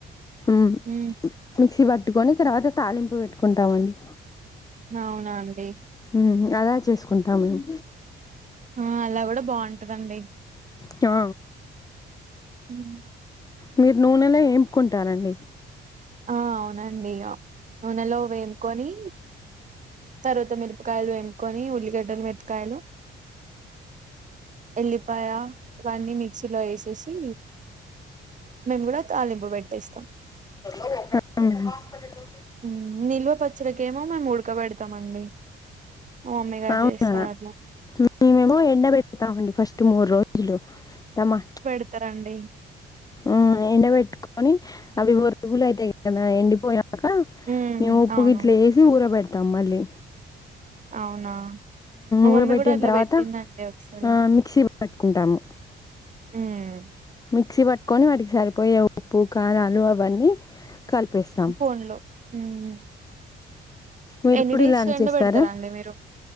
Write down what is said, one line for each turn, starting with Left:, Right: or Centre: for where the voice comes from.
Left: హుమ్
Right: మ్మ్
Left: మిక్సీ పట్టుకొని తర్వాత తాలింపు పెట్టుకుంటామండి
Right: నవునా అండి
Left: హ్మ్ అలా చేసుకుంటా మేము
Right: ఆ అలా గూడా బావుంటదండి
Left: కా
Right: హ్మ్
Left: మీరు నూనెలో ఏంపుకుంటారండి
Right: ఆ అవునండి నూనెలో వెంపుకొని తరువాత మిరపకాయలు ఎంకొని ఉల్లిగడ్డలు మిరపకాయలు ఎల్లిపాయ ఇవన్నీ మిక్సీలో ఎసేసి మేము గూడా తాలింపు పెట్టేస్తాం
Left: అ హాస్పిటల్లో
Right: హ్మ్ నిల్వ పచ్చడికేమో మేము ఉడకబెడతామండి. అమ్మేగా
Left: అవునా
Right: జేస్తాది అది
Left: మేమేమో ఎండ బెడతామండి ఫస్ట్ మూడు రోజులు టమా
Right: ఇత్తరండి.
Left: హ్మ్ ఎండబెట్టుకోని అవి వరుగులు అయితాయి కదా ఎండిపోయాక
Right: ఉమ్
Left: మేము ఉప్పుగిట్ల
Right: అవును
Left: ఏసి ఊర బెడ తాం మళ్ళీ
Right: అవునా మా
Left: ఊరబెట్టిన
Right: మమ్మీ గూడా అట్లా
Left: తర్వాత
Right: పెట్టిందండి ఒక్సారి
Left: ఆ మిక్సీ పట్టుకుంటాము
Right: హ్మ్
Left: మిక్సీ బట్టుకొని వాటికి సరిపోయే ఉప్పు కారాలు అవన్నీ కలిపేస్తాం
Right: ఫోన్లో హ్మ్
Left: మీరు
Right: ఎన్ని
Left: కూడా
Right: డేస్
Left: ఇలానే
Right: ఎండ
Left: చేస్తారా
Right: పెడతారండీ మీరు